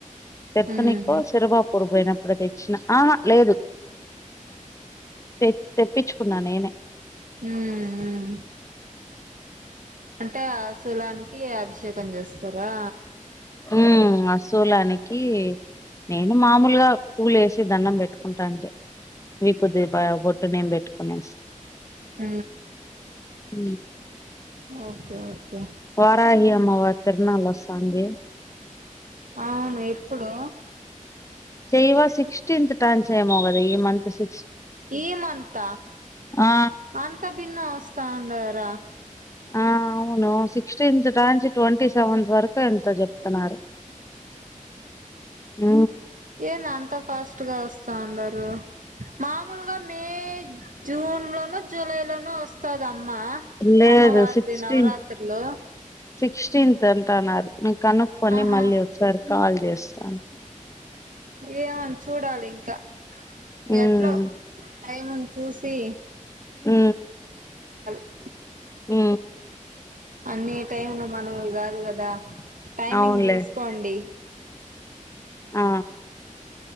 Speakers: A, on the left; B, on the right.
A: తెత్తనికో
B: ఉమ్
A: శరవా పొడిపోయినప్పుడు ఇప్పుడు తెచ్చిన ఆ లేదు తె తెప్పించుకున్నా నేనే
B: హ అంటే ఆ సులానికి అభిషేకం చేస్తారా
A: ఉ అ సూలానికి నేను మామూలుగా పూలు వేసి దన్నం పెట్టుకుంటా అంతే విపు ద ఒట్టు నేంబట్టుకొనే
B: హ
A: ఉ
B: ఓకే ఓకే
A: వారహి అమ్మవ తిరునాళ్వ చాందే
B: అవును ఎప్పుడు
A: చెయవా సిక్స్టీన్త్ టాన్ చేయమో కదా ఈ మంత్ సి
B: ఈమంత
A: ఆ
B: అంత భిన్న వస్తా అండార
A: ఆ అవును సిక్స్టీన్త్ న్ంచి ట్వంటీ సెవెంత్ వరకు ఇ ఎంతో చెప్తున్నారు హ
B: ఏనా అంత ఫాస్ట్ గా వస్తాం అన్నారురు మామూలుగా మే జూన్ లోనూ జులై లోనూ వస్తాద అమ్మా అ
A: లేదు
B: అమ్మవారిది
A: సిక్స్టీన్
B: నవరాత్రిలో
A: సిక్స్టీన్త్ అంట అన్నారు మీ కనుక్కొని
B: ఆహా
A: మళ్ళీ ఒకసారి కాల్ చేస్తాను
B: ఏమని చూడాలి ఇంకా
A: ఉమ్
B: ఎట్లో టైముని చూసి
A: అ
B: స
A: ఆ
B: అన్ని టైంలు మనం కాదు కదా టైమింగ్
A: అవునులే
B: చూసుకోండి
A: ఆ